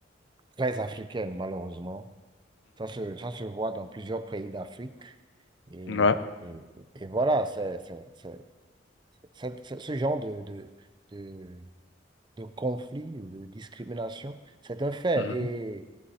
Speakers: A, on the right; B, on the left.
A: très africaine, malheureusement. Ça se, ça se voit dans plusieurs pays d'Afrique. Et,
B: Mhm. Ouais.
A: et, et voilà, c'est, c'est, c'est- c'est- c'est- ce genre de, de, de, de conflit, de discrimination, c'est un fait.
B: Mhm.